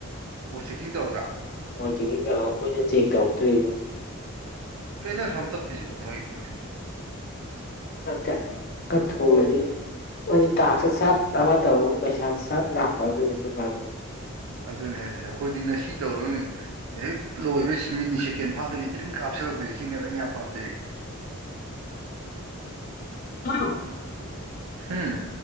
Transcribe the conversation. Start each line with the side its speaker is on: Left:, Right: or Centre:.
Right: ꯑꯣ ꯆꯦꯛꯀꯤꯡ ꯇꯧꯔꯒ
Left: ꯆꯦꯛꯀꯤꯡꯖꯥꯡ ꯑꯃ ꯑꯣꯏꯅ ꯆꯦꯛ ꯇꯧꯔꯛꯇ꯭ꯣꯕ
Right: ꯀꯩꯅꯣ ꯁꯨꯝ ꯇꯞꯄꯤꯁꯤꯕꯣ ꯃꯣꯏꯒꯤ ꯐꯪꯁꯟꯁꯦ
Left: ꯀꯖ ꯀꯠꯊꯣꯛꯕꯗꯤ ꯑꯩꯗꯤ ꯇꯥꯛꯁꯨ ꯁꯥꯠ ꯑꯃ ꯇꯧꯕꯒ ꯄꯩꯁꯥ ꯁꯥꯠ ꯂꯥꯛꯄ ꯑꯗꯨꯅꯤ ꯑꯩꯈꯣꯏ ꯄꯥꯝꯃꯤꯩ
Right: ꯑꯗꯨꯅꯦ ꯍꯥꯏꯁꯦ ꯑꯩꯈꯣꯏꯗꯤ ꯉꯁꯤ ꯇꯧꯔꯒ ꯍꯦꯛ ꯂꯣꯏꯕ ꯃꯤꯅꯤꯠ ꯁꯦꯀꯦꯟ ꯐꯥꯗꯕꯤ ꯇ꯭ꯔꯤꯡ ꯀꯥꯞꯁꯤ ꯁꯜꯂꯛꯄꯁꯤꯦ ꯁꯤꯅꯦꯕ ꯑꯩꯅ ꯌꯥꯝ ꯄꯥꯝꯖꯩ
Left: ꯍꯂꯣ
Right: ꯍꯥꯝ